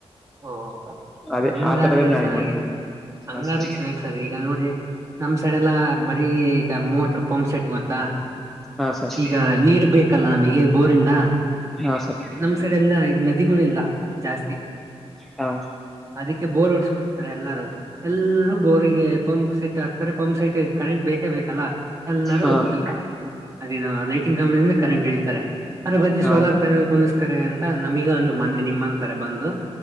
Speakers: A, on the right; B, in the centre.
A: ಓ
B: ಅದೇ
A: ಹಂಗಾರ
B: ಆ ತರದೇ ನಾನೇ
A: ಚೆನ್ನಾಗೆ
B: ಮಾಡ್ತಿದ್ದೆ
A: ಹಂಗಾರು
B: ಹಾ ಸರ್
A: ಚೆನ್ನಾಗಿ ಸರ್ ಈಗ ನೋಡ್ರಿ ನಮ್ ಸೈಡ್ ಎಲ್ಲಾ ಬರೀ ಈಗ ಮೋಟ್ರ ಪಂಪ್ ಸೆಟ್ ಗೊತ್ತಾ
B: ಹಾ ಸರ್
A: ಈಗ ನೀರ್ ಬೇಕಲ್ಲ ನಮಗೆ ಬೋರಿಂದ
B: ಹಾ ಸರ್
A: ನಮ್ ಸೈಡೆ ಎಲ್ಲಾ ಈ ನದಿಗೊಳಿಲ್ಲ ಜಾಸ್ತಿ.
B: ಹಾ
A: ಅದಕ್ಕೆ ಬೋರ್ ಓಡಸ್ಬಿಡ್ತಾರೆ ಎಲ್ಲಾರು. ಎಲ್ಲರೂ ಬೋರಿಗೆ ಪಂಪ್ ಸೆಟ್ ಹಾಕ್ತಾರೆ ಪಂಪ್ ಸೆಟ್ ಕರೆಂಟ್ ಬೇಕೇ ಬೇಕಲ್ಲ ಎಲ್ಲರೂ
B: ಹಾ
A: ಇದು ಅದೇನು ಲೈಟಿಂಗ ಕಂಬದಿಂದ್ ಕರೆಂಟ್ ಎಳಿತಾರೆ ಅದರ ಬದ್ಲು
B: ಹಾ
A: ಸೋಲಾರ್ ಪ್ಯಾನೆಲ್ ಕುಂದರಿಸ್ಕೊರಿ ಅಂತ ನಮಗ ಒಂದು ಮಂದಿನಿ ನಿಮ್ಮಂತಾರೆ ಬಂದು